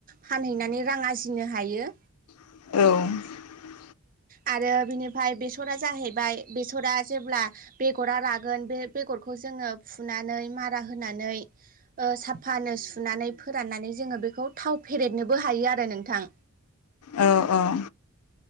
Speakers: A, on the right; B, on the left.
A: फानहैनानै रां आरजिनो हायो।
B: औ
A: आरो बिनिफाय बेसरा जाहैबाय बेसरा जेब्ला बेगरा रागोन बे बेगर बेगरखौ जोङो फुनानै मारा होनानै ओ साफा सुनानै फोराननानै जोंङो बेखौ थाव फेरेदनोबो हायो आरो नोंथां।
B: औ औ